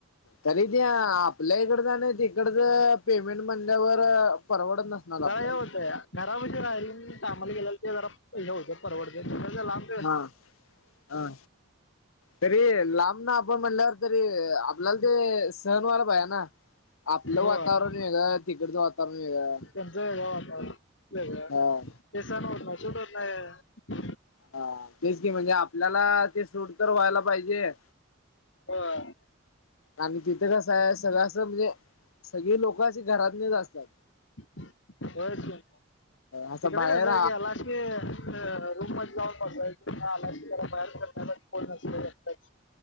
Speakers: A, on the left; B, on the left.
A: तरी बी आपल्या इकडचं आणि ती कडच पेमेंट म्हणल्यावर अ परवडत नसणार आपल्या
B: जरा हे होतंय
A: ते
B: घरापाशी राहिलेलं कामाला गेल्याल ते जरा <unintelligible> परवडतेय खरं लांब
A: हाआ आ तरी लांब आपण म्हणल्यावर तरी आपल्याला ते सन व्हायला पाये ना आपलं वातावरण
B: होय.
A: आपण वेगळं तिकडचं वातावरण वेगळं
B: तेचं वेगळं वातावरण वेगळं
A: हा
B: ते सनं होत नाइ सूट होत नाहीय.
A: आ तेच की म्हणजे आपल्याला ते सूट तर व्हायला पाहिजे.
B: व्हय.
A: आणि तिथं कसाय सगळं आस म्हणजे सगळी लोकं अशी घरातलीच असत्यात.
B: व्हयच की म
A: असं
B: तिकडं
A: बाहेर
B: कसाय गेलास ते अ रूम मध्ये जाऊन बसायचं तितन आलास जरा बाहेर <unintelligible>